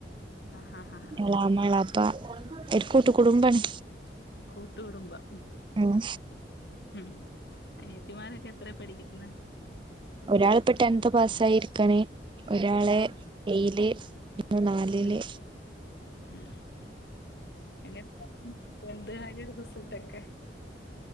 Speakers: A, on the left; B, on the right.
A: ആഹ് ആഹ് ആഹ്
B: എളാമ്മ എളാപ്പ ഒരു കൂട്ടുകുടുംബാണ്.
A: കൂട്ടുകുടുംബം.
B: ഉം
A: ഉം അനിയത്തിമാരൊക്കെ എത്രായാ പഠിക്കുന്നേ.
B: ഒരാളിപ്പം ടെൻത് പാസ്സായി ഇരിക്യാണ് ഒരാള് എയില്. നാലില്.
A: ഉം ഉം എങ്ങനൊണ്ട് ടെൻതുകാരിയുടെ റിസൾട്ടൊക്കെ